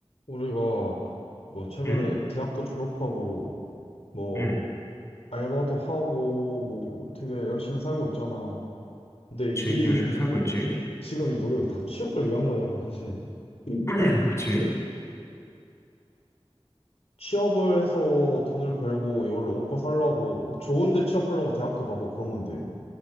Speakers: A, on the left; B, on the left.
A: 우리가 뭐 최근에
B: 응,
A: 대학도 졸업하고 뭐
B: 응,
A: 알바도 하고 뭐 되게 열심히 살고 있잖아. 근데
B: 그치.
A: 이
B: 열심히 살고 있지.
A: 지금 이 노력이 다 취업을 위한 거잖아, 사실. 음.
B: <clears throat> 그치.
A: 취업을 해서 돈을 벌고 이걸로 먹고 살라고 좋은데 취업하려고 대학도 가고 그런 건데.